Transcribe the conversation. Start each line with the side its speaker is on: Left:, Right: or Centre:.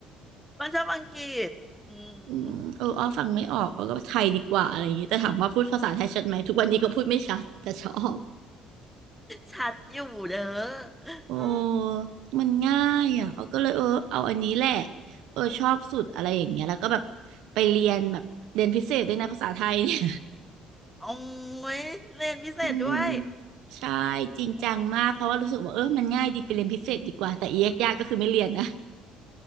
Centre: มันชอบอังกฤษอืม
Right: อืมเอออ้อฟังไม่ออกอ้อก็ไทยดีกว่าอะไรอย่างเงี้ยแต่ถามว่าพูดภาษาไทยชัดไหมทุกวันนี้ก็พูดไม่ชัดแต่ชอบ
Centre: ชัดอยู่เด้อ
Right: โอ้
Centre: เออ
Right: มันง่ายอ่ะ เอาก็เลยเออเอาอันนี้แหละเออชอบสุดอะไรอย่างเงี้ย แล้วก็แบบไปเรียนแบบเรียนพิเศษด้วยนะภาษาไทยเนี่ย
Centre: โอ้ยเรียนพิเศษด้วย
Right: <laughs> อืมใช่จริงจังมากเพราะว่ารู้สึกว่าเออมันง่ายดีไปเรียนพิเศษดีกว่าแต่เอกยากก็คือไม่เรียนนะ
Centre: โอ้